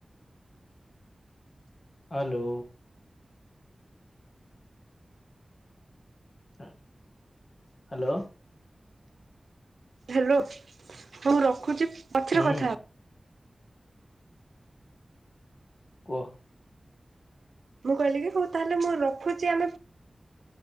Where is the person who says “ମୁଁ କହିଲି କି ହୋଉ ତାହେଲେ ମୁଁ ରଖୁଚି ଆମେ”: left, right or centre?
Right